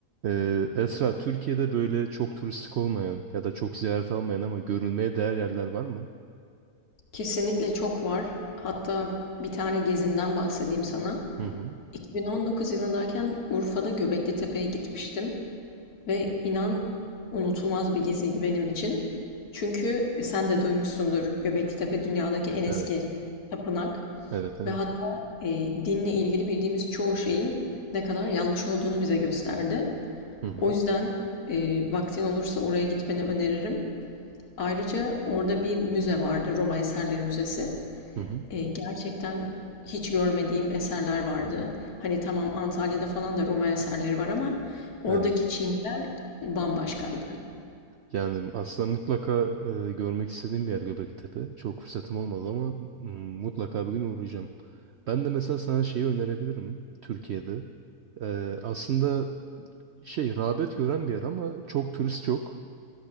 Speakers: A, on the right; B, on the left.
A: Ee, Esra, Türkiye'de böyle çok turistik olmayan ya da çok ziyaret almayan ama görülmeye değer yerler var mı?
B: Kesinlikle çok var. Hatta bir tane gezimden bahsedeyim sana.
A: Hı hı.
B: 2019 yılındayken Urfa'da Göbekli Tepe'ye gitmiştim ve inan unutulmaz bir geziydi benim için. Çünkü e, sen de duymuşsundur Göbekli Tepe dünyadaki en eski
A: Evet,
B: tapınak
A: evet, evet.
B: ve hatta e, dinle ilgili bildiğimiz çoğu şeyin ne kadar yanlış olduğunu bize gösterdi.
A: Hı hı.
B: O yüzden e, vaktin olursa oraya gitmeni öneririm. Ayrıca orada bir müze vardı, Roma Eserleri Müzesi.
A: Hı hı.
B: Eee, gerçekten hiç görmediğim eserler vardı. Hani tamam Antalya'da falan da Roma eserleri var ama oradaki
A: Evet.
B: Çiniler bambaşkaydı.
A: Yani aslında mutlaka e, görmek istediğim bir yer Göbektepe. Çok fırsatım olmadı ama mm, mutlaka bir gün uğrayacağım. Ben de mesela sana şeyi önerebilirim Türkiye'de. Ee, aslında şey rağbet gören bir yer ama çok turist yok.